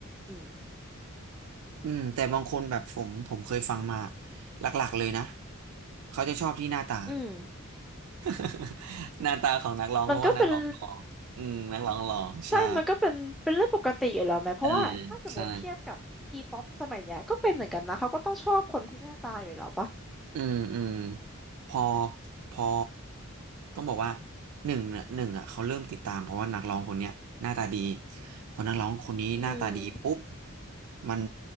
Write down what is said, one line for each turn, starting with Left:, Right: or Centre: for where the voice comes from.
Centre: อืม
Right: อืมแต่บางคนแบบผมผมเคยฟังมาหลักๆเลยนะ เขาจะชอบที่หน้าตา
Centre: อืม
Right: <laughs> หน้าตาของนักร้องเพราะว่านักร้องหล่ออืม
Centre: มันก็เป็น
Right: นักร้องหล่อใช่
Centre: ใช่มันก็เป็นเป็นเรื่องปกติอยู่แล้วไหมเพราะว่าถ้าสมมติเทียบกับทีป๊อปสมัยเนี้ยก็เป็นเหมือนกันนะเขาก็ต้องชอบคนที่หน้าตาอยู่แล้วปะ
Right: เอืมใช่ อืมอืมพอพอต้องบอกว่าหนึ่งเนี่ยหนึ่งอ่ะเขาเริ่มติดตามเพราะว่านักร้องคนเนี้ยหน้าตาดีพอนักร้องคนนี้หน้าตาดีปุ๊บ
Centre: อืม
Right: มัน